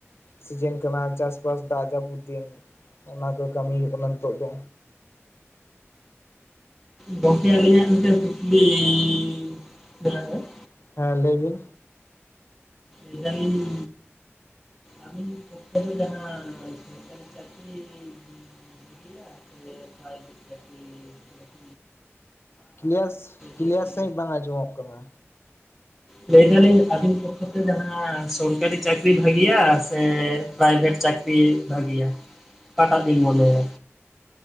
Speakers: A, on the left; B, in the centre.
A: ᱥᱤᱡᱮᱱ ᱠᱟᱱᱟ ᱪᱟᱥᱵᱟᱥ ᱫᱟᱜ ᱡᱟᱹᱯᱩᱫ ᱫᱤᱱ ᱚᱱᱟ ᱠᱚ ᱠᱟᱹᱢᱤ ᱦᱩᱭᱩᱜ ᱠᱟᱱᱟ ᱱᱤᱛᱚᱜ ᱫᱚ᱾
B: ᱜᱚᱢᱠᱮ ᱟᱹᱞᱤᱧᱟᱜ ᱢᱤᱫᱴ ᱠᱩᱠᱞᱤ <inaudible>
A: ᱦᱮᱸ ᱞᱟᱹᱭ ᱵᱤᱱ᱾
B: ᱢᱮᱱ ᱫᱟᱱᱤᱧ᱾ ᱟᱵᱤᱱ <unintelligible> ᱡᱟᱦᱟ ᱚᱱᱠᱟᱱ ᱪᱟᱠᱨᱤ <unintelligible>
A: ᱠᱮᱞᱤᱭᱟᱥ ᱠᱞᱮᱭᱟᱨ
B: ᱡᱟᱹᱥᱛᱤ
A: ᱥᱟᱹᱦᱤᱡ ᱵᱟᱝ ᱟᱸᱡᱚᱢᱚᱜ ᱠᱟᱱᱟ᱾
B: ᱞᱟᱹᱭ ᱮᱫᱟᱞᱤᱧ ᱟᱹᱵᱤᱱ ᱯᱚᱠᱠᱷᱚ ᱛᱮ ᱡᱟᱦᱟᱸ ᱥᱚᱨᱠᱟᱨᱤ ᱪᱟᱹᱠᱨᱤ ᱵᱷᱟᱜᱤᱭᱟ ᱥᱮᱼᱼ ᱯᱨᱟᱭᱵᱷᱮᱴ ᱪᱟᱹᱠᱨᱤ ᱵᱷᱟᱜᱤᱭᱟ ᱚᱠᱟᱴᱟᱜ ᱵᱤᱱ ᱢᱚᱱᱮᱭᱟ᱾